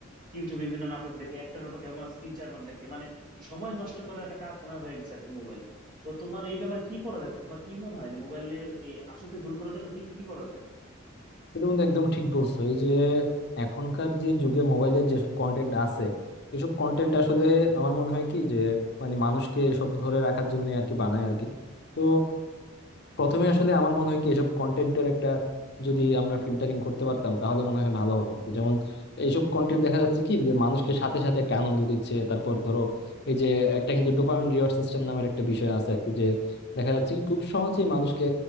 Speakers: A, on the right (about 40°); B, on the left (about 55°).
A: ইউটিউবে বিভিন্ন নাটক দেখে একটা নাটক এমন আছে তিন চারবার দেখে মানে সময় নষ্ট করার একটা কারখানা হয়ে গেছে আর কি মোবাইল তো তোমার এই ব্যাপারে কি করা যায় তোমার কি মনে হয় যে মোবাইলের এই আসক্তি দূর করার জন্য কি কি করা যায়
B: কিন্তু বন্ধু একদম ঠিক বলছো এই যে এখনকার যে যুগে মোবাইলের যেসব কন্টেন্ট আছে এসব কন্টেন্ট আসলে আমার মনে হয় কি যে মানে মানুষকে সব ধরে রাখার জন্য আর কি বানায় আর কি তো প্রথমে আসলে আমার মনে হয় কি এসব কন্টেন্টের একটা যদি আমরা ফিল্টারিং করতে পারতাম তাহলে মনে হয় ভালো হতো আর কি। যেমন এইসব কন্টেন্ট দেখা যাচ্ছে কি যে মানুষকে সাথে সাথে একটা আনন্দ দিচ্ছে তারপর ধরো এই যে একটা কিন্তু ডোপামিন রিওয়ার্ড সিস্টেম নামের একটা বিষয় আছে আর কি যে দেখা যাচ্ছে কি খুব সহজেই মানুষকে